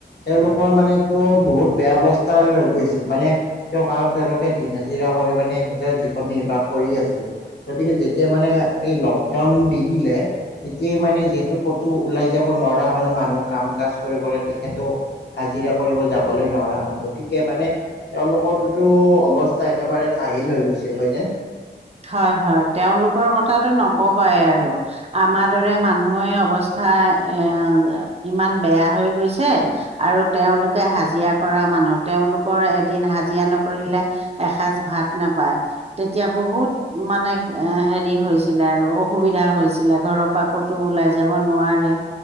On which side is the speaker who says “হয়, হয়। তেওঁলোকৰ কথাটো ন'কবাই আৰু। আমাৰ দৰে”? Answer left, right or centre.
Right